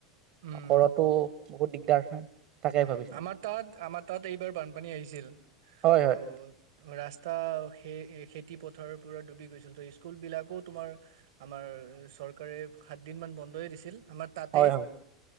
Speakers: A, on the right; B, on the right.
A: উম
B: ঘৰতো বহুত দিগদাৰ হয় তাকে
A: উম
B: ভাবিছো
A: আমাৰ তাত আমাৰ তাত এইবাৰ বানপানী আহিছিল
B: হয় হয়
A: ত' ৰা্চ টা স খেতি পথাৰৰ পৰা ডুবি গৈছিল তো স্কুলবিলাকো তোমাৰ আমাৰ চৰকাৰে সাত দিন মান বন্ধই দিছিল। আমাৰ তাতে
B: হয় হয় হয়